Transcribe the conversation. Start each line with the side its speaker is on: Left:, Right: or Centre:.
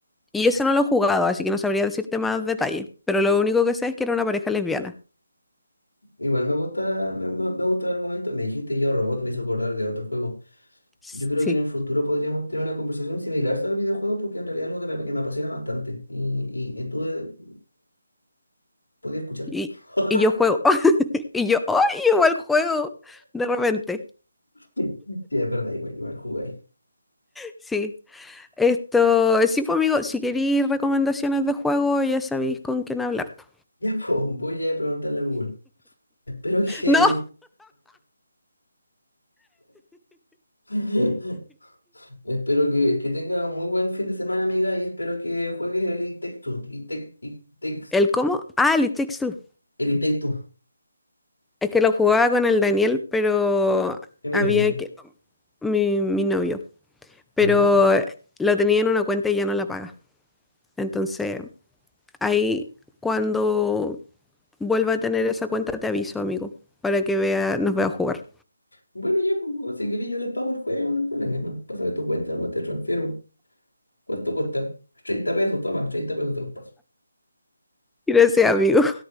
Centre: Y ese no lo he jugado, así que no sabría decirte más detalles, pero lo único que sé es que era una pareja lesbiana.
Left: Igual me gusta, me, me- me gusta el argumento. Me dijiste yo robot, me hizo acordar de otro juego.
Centre: S-
Left: Yo creo
Centre: Sí,
Left: que en el futuro podríamos tener una conversación similar sobre videojuegos porque en realidad es algo que me, que me apasiona bastante. Y, y, y tú eh, podías escuchar.
Centre: y,
Left: <laughs>
Centre: y yo juego, <laughs> y yo, ¡ay, igual juego! De repente,
Left: Sí, sí, es verdad, igual, igual jugáis.
Centre: sí. Esto, eh, sí, pues amigo, si queréis recomendaciones de juego, ya sabéis con quién hablar. po.
Left: Ya, pues, voy a preguntarle a Google. Espero que.
Centre: No,
Left: <laughs> Espero que, que tenga un muy buen fin de semana, amiga, y espero que juegues el It Takes Two. It Take- It Takes-
Centre: ¿el cómo? Ah, el It Takes Two.
Left: el It Takes Two.
Centre: Es que lo jugaba con el Daniel, pero
Left: ¿Quién
Centre: había
Left: es Daniel?
Centre: que... mi, mi novio. Pero
Left: Ah.
Centre: eh, lo tenía en una cuenta y ya no la paga. Entonces, ahí cuando vuelva a tener esa cuenta te aviso, amigo, para que vea, nos vea jugar.
Left: Bueno, ya, pues, si querés yo les pago el juego, no hay problema. Pásame tu cuenta, nomás te transfiero. ¿Cuánto cuesta? treinta pesos, toma, 30 pesos te los paso.
Centre: Gracias, amigo.